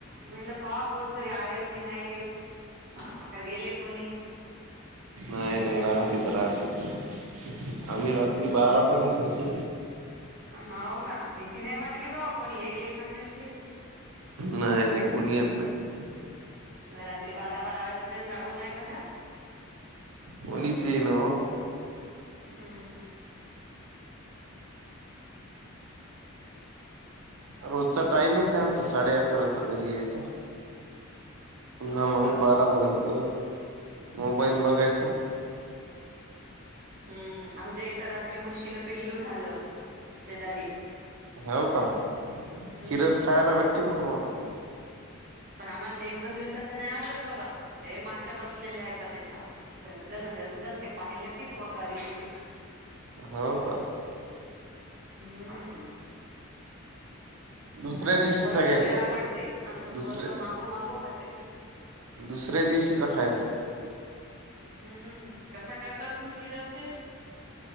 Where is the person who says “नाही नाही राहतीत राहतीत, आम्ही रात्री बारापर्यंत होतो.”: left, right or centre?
Right